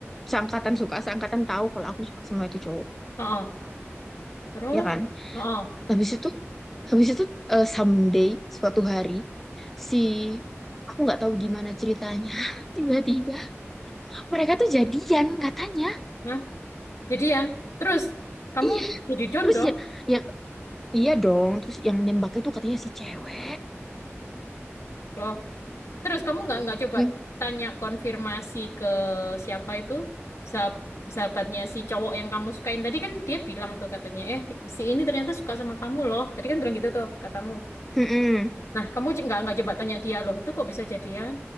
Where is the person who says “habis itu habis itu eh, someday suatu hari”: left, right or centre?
Centre